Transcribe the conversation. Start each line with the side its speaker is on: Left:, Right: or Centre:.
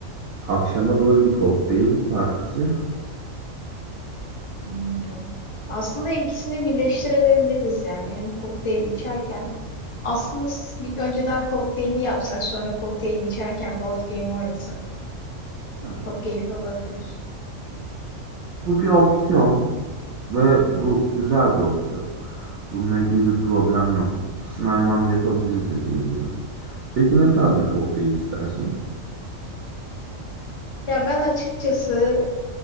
Right: Akşama doğru bir kokteyl partisi.
Left: Hmm. Aslında ikisini birleştirebiliriz yani. Hem kokteyl içerken aslında s- bir önceden kokteylini yapsak sonra kokteyl içerken board game oynasak.
Right: Hı.
Left: Çok keyifli olabilir.
Right: Bu bir opsiyon ve bu güzel bir opsiyon. Bununla ilgili bir problem yok. İkisini aynı anda yapabiliriz dediğin gibi. Peki ne tarz bir kokteyl istersin?
Left: Ya ben açıkçası